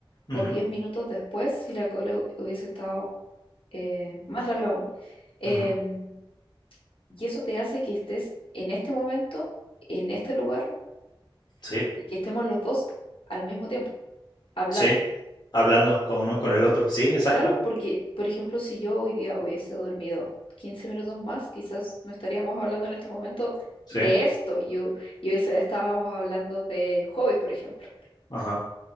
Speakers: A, on the left (about 50°); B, on the left (about 70°).
A: ujú,
B: o 10 minutos después si la cola hu- hubiese estado eh, más larga aún. Em,
A: ujú,
B: y eso te hace que estés en este momento, en este lugar,
A: sí,
B: y que estemos los dos al mismo tiempo, hablando.
A: sí, hablando con uno con el otro, sí, exacto,
B: Claro, porque, por ejemplo, si yo hoy día hubiese dormido 15 minutos más, quizás no estaríamos hablando en este momento
A: sí,
B: de esto. Yo, y hubiese- estábamos hablando de hobbies, por ejemplo.
A: ajá,